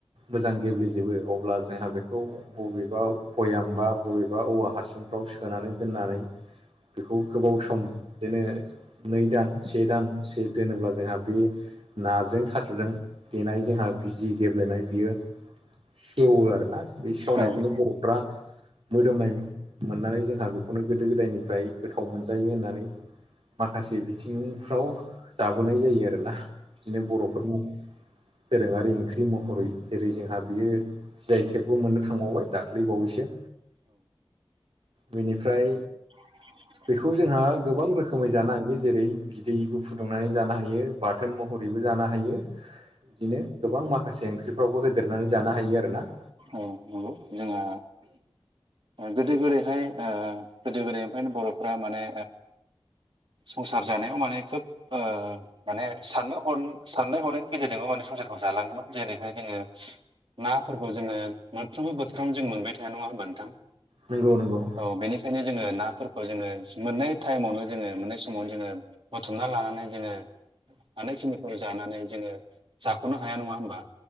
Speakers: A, on the right; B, on the right.
A: मोजां गेब्लेजोबो अब्ला जोंहा बे खौ बबेबा बयामबा बबेबा औवा हासुंफ्राव सोनानै दोननानै बेखौ गोबाव सम दोनो नै दान से दान से दोनोब्ला जोंहा बे नाजों थास'जों देनाय जोंहा जि गेब्लेनाय बियो सेवो आरोना बे
B: औ
A: सेवनायखौनो बर'फ्रा मोदोमनाय मोननानै जोंहा बेखौनो गोदो गोदायनिफ्राय गोथाव मोनजायो होननानै माखासे बिथिंफ्राव जाबोनाय जायो आरोना बिदिनो बर'फोरनि दोरोङारि ओंख्रि महरै जेरै जोंहा बियो जि आइ थेक मोननो थांबावबाय दाख्लैबावैसो बिनिफ्राय
B: <inaudible>
A: बेखौ जोंहा गोबां रोखोमै जानो हायो जेरै बिदै बो फुदुंनानै जानो हायो बाथोन महरैबो जानो हायो बिदिनो गोबां माखासे ओंख्रिफ्रावबो होदेरनानै जानो हायो आरोना
B: औ नंगौ जोंहा गोदो गोदैहाय गोदो गोदायनिफ्रायनो बर'फ्रा माने संसार जानायाव माने खोब माने साननो ह साननाय हरनायनि गेजेरजोंबो माने संसारखौ जालाङोमोन जेरैहाय जोङो नाफोरखौ जोङो मोनफ्रोमबो बोथोरावनो जों मोनबाय थाया नङा होनबानोथां
A: नंगौ नंगौ
B: औ बेनिखायनो जोङो नाफोरखौ जोङो मोननै टाइमावनो जोङो मोन बे समावनो जोङो बुथुमना लानानै जोङो हानायखिनिखौ जानानै जोङो जाख'नो हाया नङा हबा